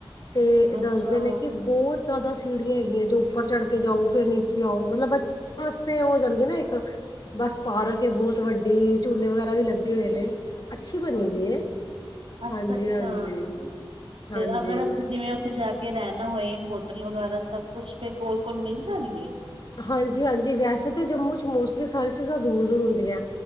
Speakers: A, on the left (about 50°); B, on the right (about 80°).
A: ਤੇ
B: ਅੱਛਾ
A: ਦੱਸਦੇ ਨੇ ਕਿ ਬੋਤ ਜ਼ਿਆਦਾ ਸੀੜੀਆਂ ਹੈਗੀਆਂ ਜੇ ਉੱਪਰ ਚੜ੍ਹ ਕੇ ਜਾਓ ਫਿਰ ਨੀਚੇ ਆਓ ਮਤਲਬ ਬੱਚਿਆਂ ਵਾਸਤੇ ਹੋ ਜਾਂਦੇ ਨਾ ਇੱਕ ਬਸ ਪਾਰਕ ਬਹੁਤ ਵੱਡੀ ਝੂਲੇ ਵਗੈਰਾ ਵੀ ਲੱਗੇ ਹੋਏ ਨੇ ਅੱਛੀ ਬਣੀ ਦੀ ਏ।
B: ਅੱਛਾ-ਅੱਛਾ
A: ਹਾਂਜੀ ਹਾਂਜੀ ਹਾਂਜੀ
B: ਤੇ ਅਗਰ ਅਸੀਂ ਜਿਵੇਂ ਉੱਥੇ ਜਾ ਕੇ ਰਹਿਣਾ ਹੋਏ ਹੋਟਲ ਵਗੈਰਾ ਸਭ ਕੁੱਛ ਫੇਰ ਕੋਲ-ਕੋਲ ਮਿਲ ਜਾਣਗੇ।
A: ਹਾਂਜੀ-ਹਾਂਜੀ, ਵੈਸੇ ਤਾਂ ਜੰਮੂ ਚ ਮੋਸਟਲੀ ਸਾਰੀ ਚੀਜ਼ਾਂ ਦੂਰ-ਦੂਰ ਹੁੰਦੀਆ।